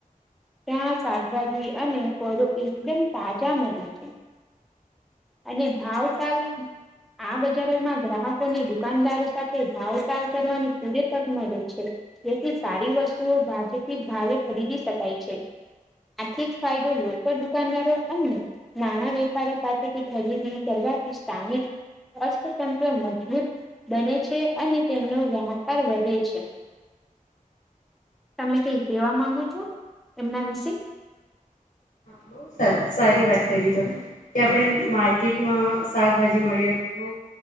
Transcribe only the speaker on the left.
બ સારી વાત કરી તમે, કે આપણે માર્કેટમાં શાકભાજી મળે બઉ